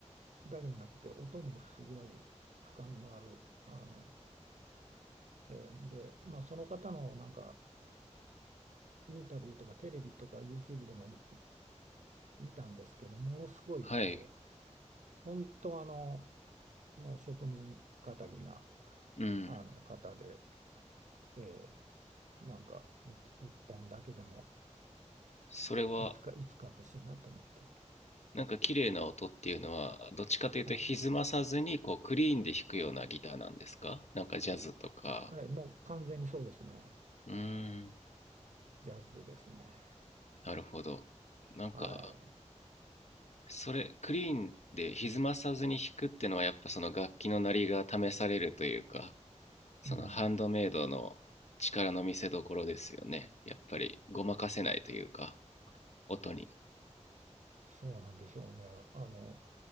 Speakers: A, on the right; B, on the left.
A: だけじゃなくて、音もすごい深みのある、あの、えーで、まあ、その方のなんかインタビューとかテレビとか YouTube でも見たんですけど、ものすごいこう、
B: はい。
A: 本当あの、もう職人気な
B: うん。
A: あの方で、えーなんかい一本だけでも
B: それは、
A: いつかいつか欲しいなと思って、
B: なんか綺麗な音っていうのは、どっちかというと歪まさずに、
A: はい、
B: こう、クリーンで弾くようなギターなんですかなんかジャズとか。
A: はい、もう完全にそうですね、
B: うーん。
A: ジャズですね。
B: なるほど。なんか、
A: はい。
B: それ、クリーンで歪まさずに弾くってのは、やっぱその楽器の鳴りが試されるというか、そのハンドメイドの力の見せどころですよね。
A: うん。
B: やっぱり、ごまかせないというか、音に。
A: そうなんでしょうね。あの、